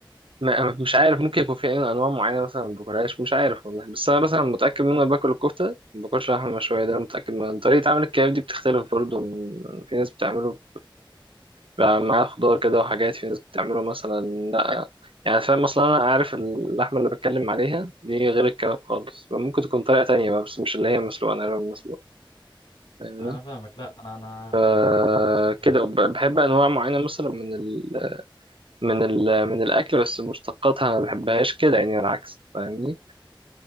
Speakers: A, on the right (about 80°); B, on the left (about 75°).
A: ما- مش عارف ممكن يكون في أي أنواع معينة مثلا ما باكلهاش مش عارف والله بس أنا مثلا متأكد إن أنا باكل الكفتة ما باكلش لحمة مشوية ده أنا متأكد من طريقة عمل الكباب دي بتختلف برضه من... في ناس بتعمله بقى معاه خضار كده وحاجات في ناس بتعمله مثلا لا يعني فاهم اصلا انا عارف اللحمه اللي بتكلم عليها دي غير الكباب خالص ممكن تكون طريقه تانية بقى بس مش اللي هي مسلوقه انا اللي مسلوقه فاهمني
B: انا فاهمك لا انا
A: آه كده
B: انا
A: وب- بحب انواع معينه مثلا من ال من ال من الاكل بس مشتقاتها ما بحبهاش كده يعني العكس فاهمني